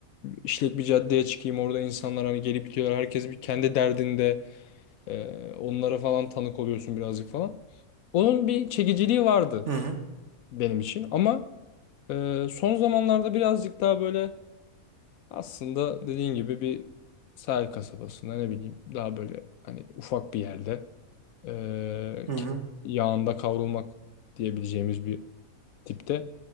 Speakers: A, on the left (about 75°); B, on the right (about 55°).
A: işlek bir caddeye çıkayım orada insanlar hani gelip gidiyorlar herkes bir kendi derdinde e, onlara falan tanık oluyorsun birazcık falan. Onun bir çekiciliği vardı
B: Hı hı.
A: benim için ama e, son zamanlarda birazcık daha böyle aslında dediğin gibi bir sahil kasabasında ne bileyim daha böyle hani ufak bir yerde eee,
B: Hı hı.
A: ke- yağında kavrulmak diyebileceğimiz bir tipte